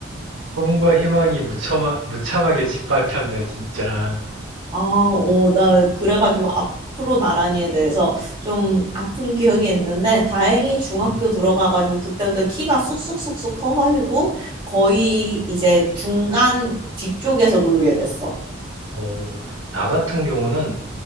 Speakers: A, on the right; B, on the right.
A: 꿈과 희망이 무참하, 무참하게 짓밟혔네, 진짜.
B: 아, 오, 나 그래가지고 앞으로 나란히에 대해서 좀 아픈 기억이 있는데 다행히 중학교
A: 음.
B: 들어가가지고 그때부터 키가 쑥쑥쑥쑥 커가지고 거의 이제 중간 뒤쪽에서 놀게 됐어.
A: 어, 나 같은 경우는